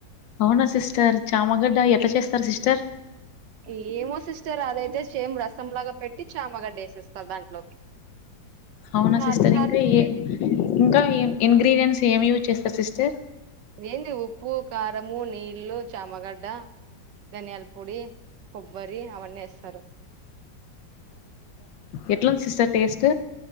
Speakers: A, on the left; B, on the right.
A: అవునా సిస్టర్ చామగడ్డ ఎట్లా చేస్తారు సిస్టర్
B: ఏమో సిస్ స్టర్ అదయితే సేమ్ రసంలాగా పెట్టి చామగాడ్డ డేసేస్తారు దాంట్లోకి
A: అవునా
B: చార్
A: సిస్టర్
B: చార్
A: ఇంకా
B: ఉంటుందది
A: ఏ ఇంకా ఇంగ్రీడియంట్స్ ఏమి యూజ్ చేస్తారు సిస్టర్
B: ఏంది ఉప్పు కారము నీళ్ళలు చామగడ్డ ధనియాల పొడి కొబ్బరి అవన్నీ వేస్తారు
A: ఎట్లా ఉంది సిస్టర్ టెస్ట్